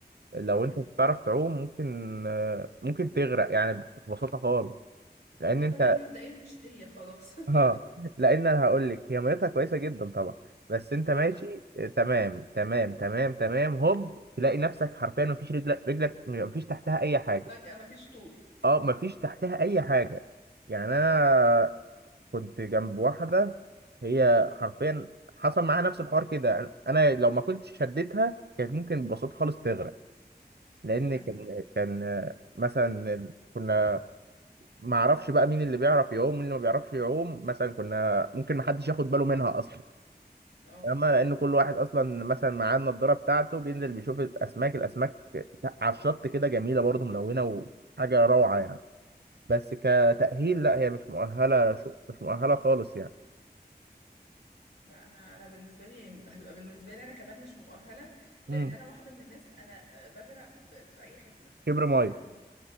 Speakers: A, on the right; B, on the left.
A: لو
B: امم
A: انت مش بتعرف تعوم ممكن آه، ممكن تغرق يعني ببساطة خالص لان
B: آه،
A: انت
B: طب يعني
A: <laughs>
B: مبدئيا مش ليا خلاص <laughs>
A: اه لان انا هقول لك هي ميتها كويسة جدا طبعا بس انت ماشي
B: اه
A: آه، تمام تمام تمام تمام هوب تلاقي نفسك حرفيا مفيش رجلك رجلك مفيش تحتها اي حاجة
B: فجأة مفيش طول
A: اه مفيش تحتها اي حاجة يعني انا
B: اه
A: كنت جنب واحدة هي حرفيا حصل معاها نفس الحوار كده انا لو ما كنتش شديتها كانت ممكن ببساطة خالص تغرق لان
B: ايوه
A: كان كان آه، مثلا ال- كنا ما اعرفش بقى مين اللي بيعرف يعوم ومين اللي ما بيعرفش يعوم مثلا كنا ممكن ما حدش ياخد باله منها اصلا
B: اه
A: اما لان كل واحد اصلا مثلا معاه النضاره بتاعته بينزل بيشوف الاسماك الاسماك على الشط كده جميله برضه ملونه وحاجه روعه يعني بس كتأهيل لا هي مش مؤهله شو مش مؤهله خالص يعني
B: لا انا انا بالنسبه لي هتبقى بالنسبه لي انا كمان مش مؤهله لان
A: مم.
B: انا واحده من الناس انا آه، بغرق في, في اي حته يعني
A: كبر ميه
B: انا من الناس